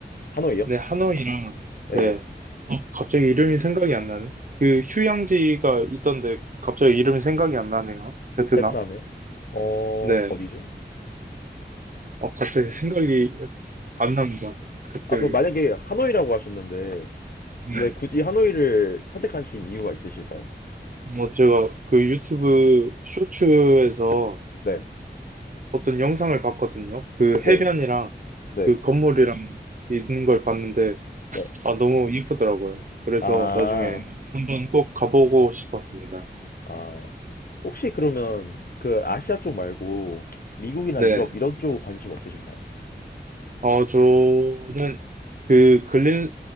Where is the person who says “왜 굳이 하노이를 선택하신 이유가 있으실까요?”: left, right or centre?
Left